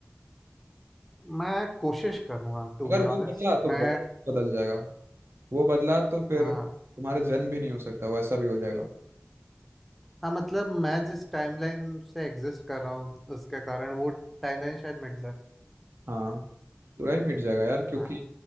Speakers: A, in the centre; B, on the right.
A: मैं कोशिश करूंगा टू
B: अगर
A: बी
B: वो
A: ऑनेस्ट
B: बदला तो
A: मैं
B: बहुत बदल जाएगा वो बदला तो फिर
A: हाँ।
B: तुम्हारा जन्म भी नहीं हो सकता वैसा भी हो जाएगा
A: हाँ मतलब मैं जिस टाइमलाइन से एग्जिस्ट कर रहा हूँ उसके कारण वो टाइमलाइन शायद मिट जाए
B: हाँ बुराई मिट जाएगा यार क्योंकि
A: हाँ